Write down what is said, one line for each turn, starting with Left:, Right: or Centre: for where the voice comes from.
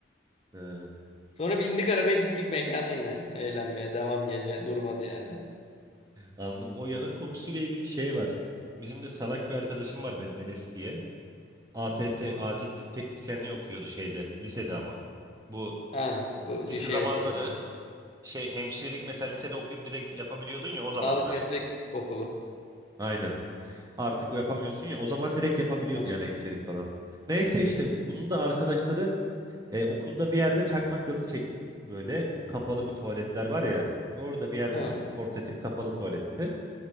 Right: Ee,
Left: Sonra bindik arabaya gittik mekana yine. Eğlenmeye devam gece. Durmadı yani.
Right: anladım. O yanık kokusuyla ilgili şey var. Bizim de salak bir arkadaşım var benim Enes diye. ATT acil tıp teknisyenliği okuyordu şeyde lisede ama. Bu
Left: Ha bu
Right: lise
Left: şey
Right: zamanları
Left: okulu.
Right: şey hemşirelik mesela lisede okuyup direkt yapabiliyordun ya o zamanlar.
Left: Sağlık meslek okulu.
Right: Aynen. Artık yapamıyorsun ya o zaman direkt yapabiliyordu
Left: Aynen.
Right: yani hemşirelik falan. Neyse işte bunu da arkadaşları e, okulda bir yerde çakmak gazı çek böyle kapalı bir tuvaletler var ya. Orada bir yerde
Left: Ha.
Right: böyle portatif kapalı tuvaletti.